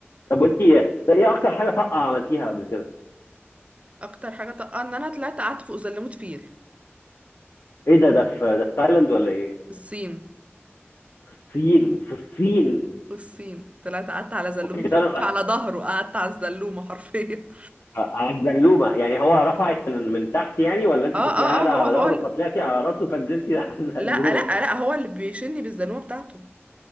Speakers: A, on the left (about 70°); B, on the right (about 30°).
A: طب وانت ايه ايه اكتر حاجة طاقة عملتيها قبل كده؟
B: اكتر حاجه طاقه آه، ان انا طلعت قعدت فوق زلمه فيل
A: ايه ده ده في ده في تايلاند ولا ايه؟
B: في الصين
A: في الصين في الصين
B: في الصين طلعت قعدت على زلومه
A: اوكي
B: فيل
A: طيب،
B: مش على ظهره قعدت على الزلومه حرفيا
A: قعد زلومه يعني هو رفعك من من تحت يعني
B: <laughs>
A: ولا انت
B: اه
A: كنت
B: اه
A: قاعده
B: اه هو
A: على
B: هو
A: ظهره
B: ال-
A: فطلعتي على راسه فنزلتي <laughs> على
B: لا
A: زلومه
B: لا لا هو اللي بيشني بالزلومه بتاعته